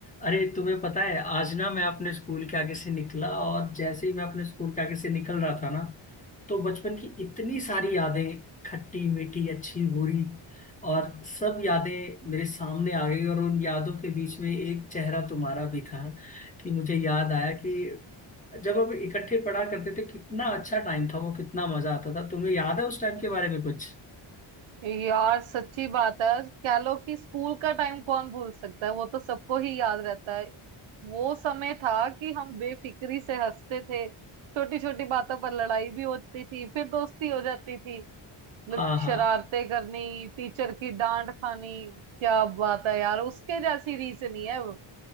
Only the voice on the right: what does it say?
यार सच्ची बात है कह लो कि स्कूल का टाइम कौन भूल सकता है वो तो सबको ही याद रहता है वो समय था कि हम बेफिक्री से हंसते थे छोटी छोटी बातों पर लड़ाई भी होती थी फिर दोस्ती हो जाती थी मतलब
शरारतें करनी टीचर की डांट खानी क्या बात है यार उसके जैसी रीस नहीं है वो